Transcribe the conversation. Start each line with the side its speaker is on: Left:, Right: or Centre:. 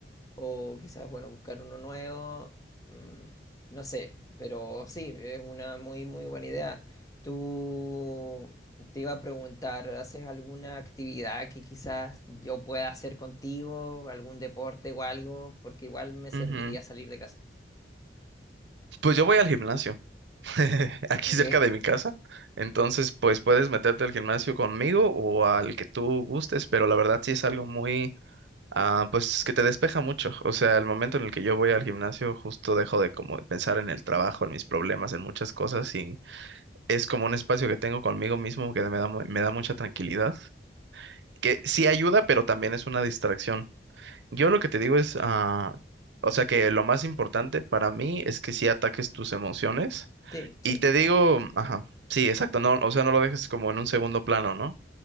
Left: o quizás, bueno, buscar uno nuevo. mm, no sé, pero sí, es una muy, muy buena idea. Tú te iba a preguntar, ¿haces alguna actividad que quizás yo pueda hacer contigo? ¿Algún deporte o algo? Porque igual me serviría
Right: Ujú, ujú.
Left: salir de casa.
Right: Pues yo voy al gimnasio. <laughs> aquí
Left: ¿Ok?
Right: cerca de mi casa. Entonces, pues puedes meterte al gimnasio conmigo o al que tú gustes, pero la verdad sí es algo muy, ah, pues que te despeja mucho. O sea, el momento en el que yo voy al gimnasio, justo dejo de como de pensar en el trabajo, en mis problemas, en muchas cosas y es como un espacio que tengo conmigo mismo que me da, mu- me da mucha tranquilidad, que sí ayuda, pero también es una distracción. Yo lo que te digo es, ah, o sea, que lo más importante para mí es que sí ataques tus emociones
Left: Sí, sí.
Right: y te digo, ajá, sí, exacto, no, o sea, no lo dejes como en un segundo plano, ¿no?